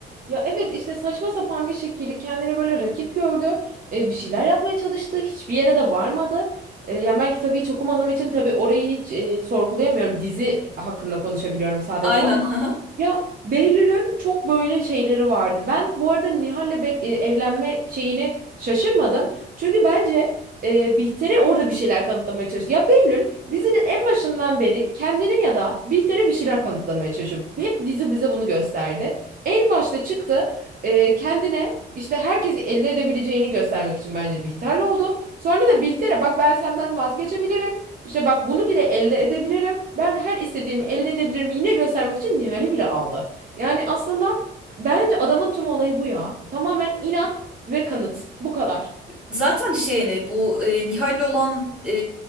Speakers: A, on the right (about 45°); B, in the centre.
A: Ya evet işte saçma sapan bir şekilde kendini böyle rakip gördü. E, bir şeyler yapmaya çalıştı. Hiçbir yere de varmadı. E, yani ben kitabı hiç okumadığım için tabii orayı hiç e, sorgulayamıyorum. Dizi hakkında konuşabiliyorum sadece
B: Aynen. <laughs>
A: Ya Behlül'ün çok böyle şeyleri vardı. Ben bu arada Nihal'le bek- e, evlenme şeyini şaşırmadım. Çünkü bence e, Bihter'e orada bir şeyler kanıtlamaya çalıştı. Ya Behlül dizinin en başından beri kendine ya da Bihter'e bir şeyler kanıtlamaya çalışıyor. Hep dizi bize bunu gösterdi. En başta çıktı e, kendine işte herkesi elde edebileceğini göstermek için bence Bihter'le oldu. Sonra da Bihter'e bak ben senden vazgeçebilirim. İşte bak bunu bile elde edebilirim. Ben her istediğimi elde edebilirim. Yine göstermek için Nihal'i bile aldı. Yani aslında bence adamın tüm olayı bu ya. Tamamen inat ve kanıt. Bu kadar.
B: Zaten şey ne bu e, Nihal'le olan e,